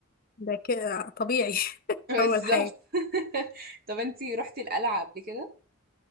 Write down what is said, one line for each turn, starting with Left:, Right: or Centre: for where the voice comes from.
Left: ده كده طبيعي
Right: <laughs>
Left: <laughs>
Right: بالظبط
Left: أول حاجة
Right: <laughs> طب انت رحتي القلعه قبل كده